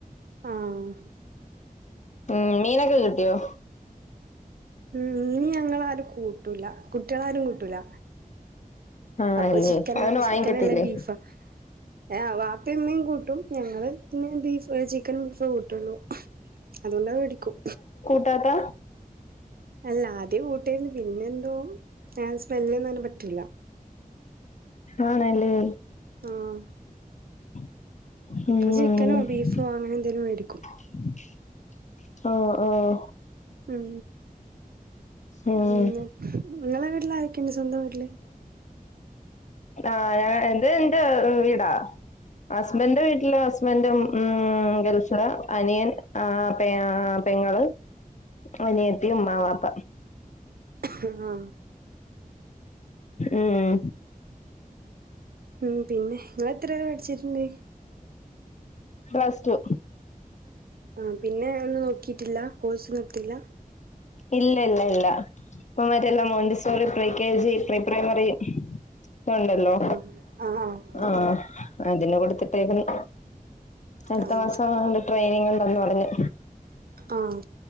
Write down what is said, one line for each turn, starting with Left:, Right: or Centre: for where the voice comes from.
Right: ആഹ്
Left: ഉം മീനക്ക കിട്ടിയോ
Right: ഉ മീനി ഞങ്ങളാരും കൂട്ടൂല കുട്ട്യളാരും കൂട്ടൂല
Left: ആണല്ലേ
Right: അപ്പൊ ചിക്കനാ
Left: അവന്
Right: ചിക്കനല്ലേ
Left: വാങ്ങിക്കത്തില്ലേ
Right: ബീഫാ ഏ വാപ്പേമ്മേം കൂട്ടും ഞങ്ങള് പിന്നെ ബീഫ് ക്കനും ബീഫേ കൂട്ടുള്ളൂ അതുകൊണ്ടാ വേടിക്കും
Left: ട്ടാതാ
Right: അല്ലാദ്യം കൂട്ടേരുന്നു പിന്നെന്തോ സ്മെലൊന്നും ആനെ പറ്റൂല്ല
Left: ആണല്ലേ
Right: ആഹ്
Left: ഉംഉം
Right: അപ്പൊ ചിക്കനോ ബീഫോ അങ്ങനെ എന്തേലും മേടിക്കും
Left: ഓ ഓഹ്
Right: ഉം
Left: ഉം
Right: പിന്നെ നിങ്ങളെ വീട്ടില് ആരൊക്കെയുണ്ട് സ്വന്തം വീട്ടില്
Left: ആഹ് ഞാൻ ഇത് എന്റെ വീടാ ഹസ്ബൻഡ് വീട്ടില് ഹസ്ബൻും ഉം ഗൽഫിൽ അനിയൻ ആ പെങ്ങള്, അനിയത്തി, ഉമ്മ, വാപ്പ
Right: ആഹ്
Left: ഉം
Right: ഉം പിന്നെ നിങ്ങൾ എത്ര വരെ പഠിച്ചിട്ടുണ്ട്
Left: ഫസ്റ്റ്
Right: ആ പിന്നെ ഒന്നും നോക്കിയിട്ടില്ല കോഴ്സ് ഒന്നും എടുത്തില്ല
Left: ഇല്ല ഇല്ല ഇല്ല അത് മാത്രല്ല Montessori pre K G, pre primary ഒക്കെ ഒണ്ടല്ലോ
Right: ആഹ് ആഹ് ആഹ്
Left: ആ അതിന് കൊടുത്തിട്ടേക്ക്ന്ന് അടുത്ത
Right: ആഹ്
Left: മാസം ആവുമ്പോ ട്രെയിനിങ് ഉണ്ടന്ന് പറഞ്ഞു.
Right: ആഹ്